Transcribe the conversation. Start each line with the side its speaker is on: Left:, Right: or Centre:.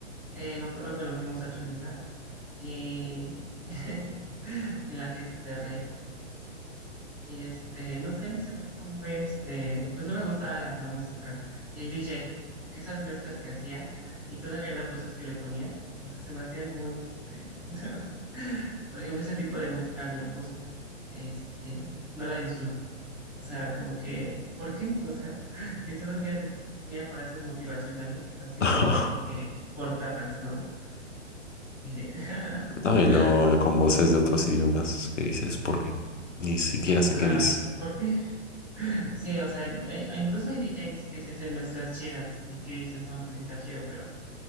Centre: eh, me acuerdo cuando fuimos a Cholula y <laughs> en la fiesta de Rey. Y este, no sé, se me hizo muy, este, pues no me gustaba la, la música. Y el DJ, como que esas mezclas que hacía y todavía las voces que le ponía, no sé, se me hacían muy, este, <laughs> por ejemplo, ese tipo de música a mí no me gusta. Este, no la disfruto. O sea, como que, ¿por qué? O sea, <laughs> y todavía te ponía frases motivacionales, así,
Left: <laughs>
Centre: pero eh, cortadas, ¿no? Eh, <laughs>
Left: No, y luego eh, con
Centre: como,
Left: voces de otros idiomas que dices, ¿por qué? Ni siquiera sé
Centre: ajá,
Left: qué dice.
Centre: ¿por qué? Sí, o sea, hay- hay- incluso hay DJs que se hacen mezclas chidas y que dices, no, pues sí está chido, pero